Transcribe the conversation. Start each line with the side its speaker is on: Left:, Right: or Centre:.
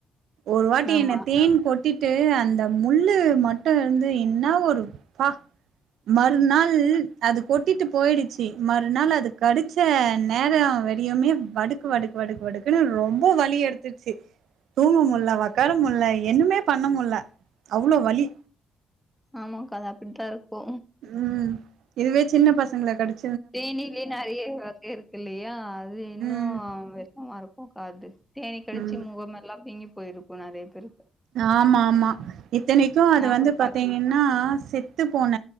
Right: ஒரு வாட்டி
Centre: ஆமா
Right: என்ன தேன் கொட் டிட்டு அந்த முள்ளு மட்டு இருந்து என்னா ஒரு ப்பா மறுநாள் அது கொட்டிட்டு போயிடுச்சு மறுநாள் அது கடிச்ச நேரோ வெடியோமே வடுக்கு வடுக்கு வடுக்கு வடுக்குன்னு ரொம்ப வலி எடுத்துடுச்சு தூங்க முல்ல வொக்காரமுல்ல என்னமே பண்ண முல்ல அவ்ளோ வலி
Centre: ஆமாக்கா அது அப்டித்தா இருக்கு
Right: ம் இதுவே சின்ன பசங்க கடிச்
Centre: தேனிலயே நறைய வக இருக்கு இல்லையா அது இன்னு
Right: ம்
Centre: வெஷமா இருக்குங்க்கா அது தேனி கடிச்சு
Right: ம்
Centre: முகம் எல்லா வீங்கி போயிருக்கு நெறைய பேருக்கு
Right: ஆமா ஆமா இத்தனைக்கு அது
Centre: நா
Right: வந்து
Centre: கூட
Right: பாத்தீங்கன்
Centre: பாத்துருக்
Right: னா செத்து போன